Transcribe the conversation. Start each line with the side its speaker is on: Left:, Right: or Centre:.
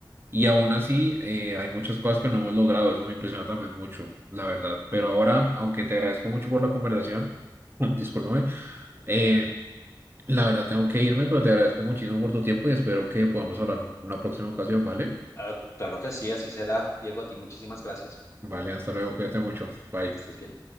Right: y aún así, eh, hay muchas cosas que no hemos logrado. Eso me impresiona también mucho, la verdad. Pero
Left: Mm.
Right: ahora, aunque te agradezco mucho por la conversación, <laughs> discúlpame, eh, la verdad tengo que irme, pero te agradezco muchísimo por tu tiempo y espero que podamos hablar en una próxima ocasión, ¿vale?
Left: Ah, claro que sí, así será. Diego, a ti muchísimas gracias.
Right: Vale, hasta luego, cuídate mucho.
Left: Mm.
Right: Bye.
Left: Que estés bien.